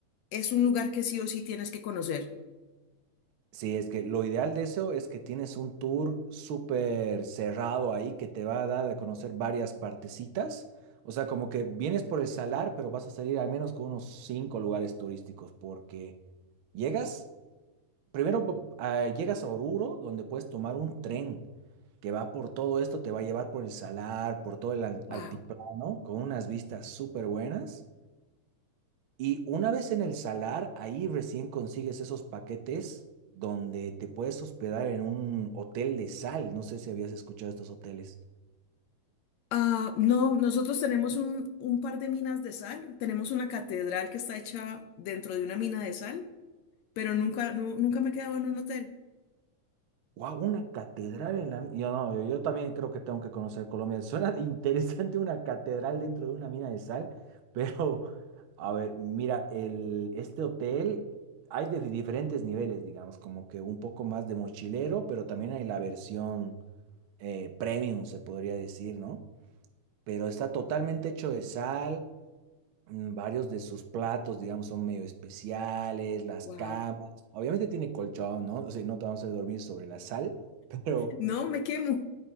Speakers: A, on the left; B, on the right.
A: es un lugar que sí o sí tienes que conocer?
B: sí, es que lo ideal de eso es que tienes un tour súper cerrado ahí que te va a dar de conocer varias partecitas. O sea, como que vienes por el salar, pero vas a salir al menos con unos cinco lugares turísticos, porque llegas Primero po- ah, llegas a Oruro, donde puedes tomar un tren que va por todo esto, te va a llevar por el Salar, por todo el al-
A: Wow.
B: altiplano, con unas vistas súper buenas. Y una vez en el Salar, ahí recién consigues esos paquetes donde te puedes hospedar en un hotel de sal. No sé si habías escuchado estos hoteles.
A: Ah, no, nosotros tenemos un, un par de minas de sal. Tenemos una catedral que está hecha dentro de una mina de sal. pero nunca, nu- nunca me he quedado en un hotel.
B: Wow, una catedral en la... mi- Yo, no, yo, yo también creo que tengo que conocer Colombia. Suena <laughs> interesante una catedral dentro de una mina de sal, <laughs> pero a ver, mira, el, este hotel hay de diferentes niveles, digamos, como que un poco más de mochilero, pero también hay la versión eh, premium, se podría decir, ¿no? Pero está totalmente hecho de sal, mm, varios de sus platos, digamos, son medio especiales, las
A: Wow.
B: camas. Obviamente tiene colchón, ¿no? O sea, no te vamos a hacer dormir sobre la sal. <laughs> pero
A: No, me quemo.